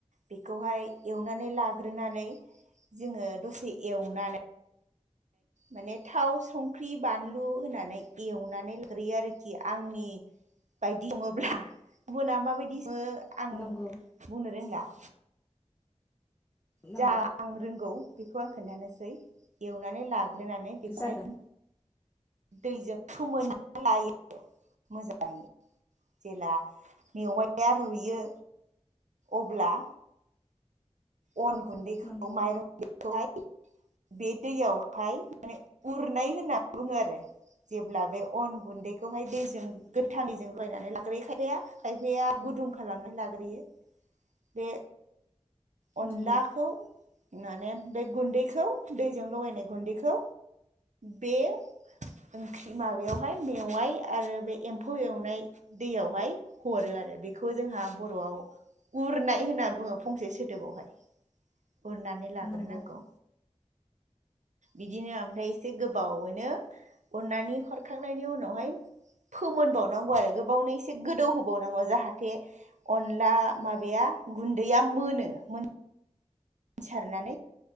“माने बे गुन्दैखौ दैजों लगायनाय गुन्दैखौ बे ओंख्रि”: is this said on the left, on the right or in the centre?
Right